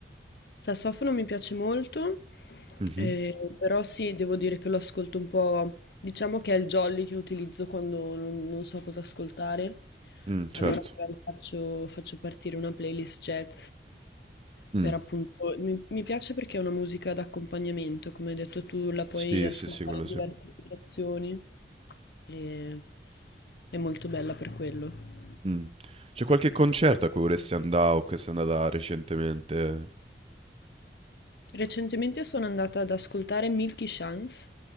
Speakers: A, on the left; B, on the right.
A: Sassofono mi piace molto,
B: Mhm.
A: eh, però sì, devo dire che lo ascolto un po', diciamo che è il jolly che utilizzo quando non, non so cosa ascoltare,
B: Mm, certo.
A: allora magari faccio, faccio partire una playlist jazz,
B: Mm.
A: per appunto, mi, mi piace perché è una musica d'accompagnamento, come hai detto tu, la puoi
B: Sì,
A: ascoltare
B: sì, sì, quello
A: in
B: sì.
A: diverse situazioni e è molto bella per quello.
B: Mm. C'è qualche concerto a cui vorresti andare o che sei andata recentemente?
A: Recentemente sono andata ad ascoltare Milky Chance,